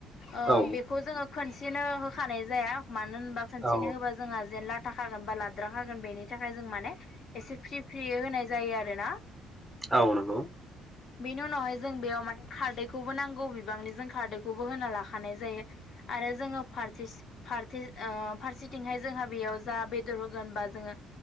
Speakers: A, on the left; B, in the centre.
A: ओ
B: औ
A: बेखौ जोङो खोनसेनो होखानाय जाया। मानो होनबा खोनसेनो
B: औ
A: होबा जोंहा जेन लाथ थाखागोन बा लाद्राखागोन बेनि थाखाय जों माने एसे फ्रि फ्रि होनाय जायो आरोना।
B: औ नोंगौ।
A: बेनि उनावहाय जों बेयाव माने खारदैखौबो नांगौ बिबांनि जों खारदैखौबो होना लाखानाय जायो। आरो जोङो फारथिस फारथि ओ फारसेथिंहाय जोंहा बेयाव जा बेदर होगोन बा जोङो